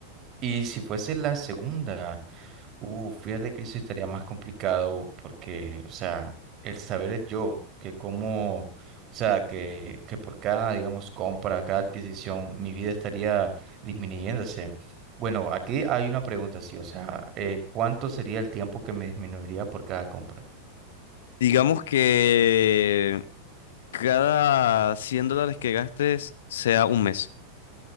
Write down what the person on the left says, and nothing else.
Digamos que cada 100 dólares que gastes sea un mes.